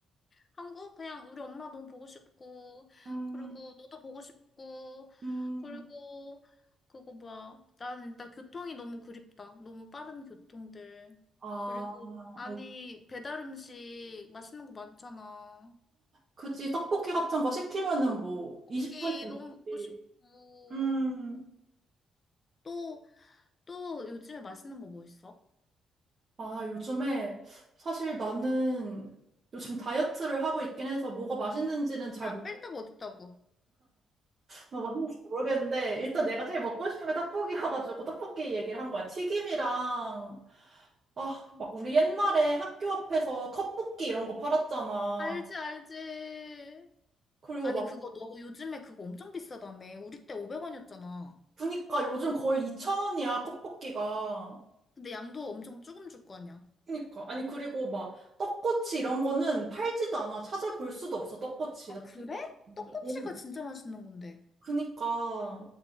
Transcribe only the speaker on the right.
음,
음,
아,
어,
그치. 떡볶이 같은 거 시키면은 뭐,
20분이 넘지.
음,
아, 요즘에, 사실 나는 요즘 다이어트를 하고 있긴 해서 뭐가 맛있는지는 잘
뭐 맞는지 모르겠는데 일단 내가 제일 먹고 싶은 게 떡볶이여가지고 떡볶이 얘기를 한 거야. 튀김이랑 아, 막 우리 옛날에 학교 앞에서 컵볶이 이런 거 팔았잖아.
그리고
막
보니까 요즘 거의 2,000원이야, 컵볶이가.
그니까 아니 그리고 막 떡꼬치 이런 거는 팔지도 않아. 찾아볼 수도 없어, 떡꼬치.
나
진짜
음,
그니까